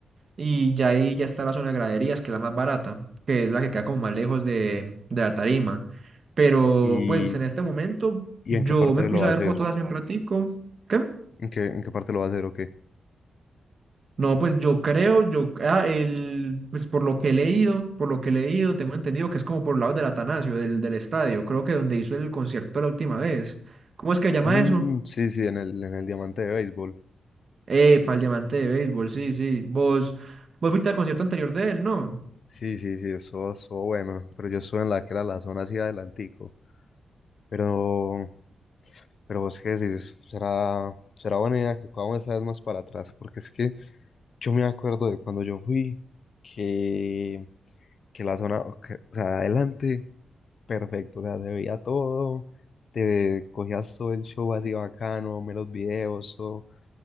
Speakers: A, on the right; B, on the left.
A: y ya ahí ya está la zona de graderías, que es la más barata, que es la que queda como más lejos de, de la tarima. Pero
B: ¿Y,
A: pues en este momento
B: y
A: yo
B: en qué parte
A: me puse
B: lo va
A: a
B: a
A: ver
B: hacer?
A: fotos hace un ratico. ¿Qué?
B: ¿En qué, en qué parte lo va a hacer o qué?
A: No, pues yo creo, yo, ah, el, pues por lo que he leído, por lo que he leído, tengo entendido que es como por lados lado del Atanasio, del, del estadio, creo que donde hizo el concierto la última vez. ¿Cómo es que llama
B: Mm,
A: eso?
B: sí, sí, en el, en el diamante de béisbol.
A: Epa, el diamante de béisbol, sí, sí. Vos, vos fuiste al concierto anterior de él, ¿no?
B: Sí, sí, sí, eso estuvo bueno, pero yo estuve en la que era la zona así adelantico. Pero, pero vos qué decís, será, será buena idea que cojamos esa vez más para atrás, porque es que yo me acuerdo de cuando yo fui, que, que la zona, que- o sea, adelante, perfecto, o sea, se veía todo, te cogías todo el show así bacano, menos videos, todo,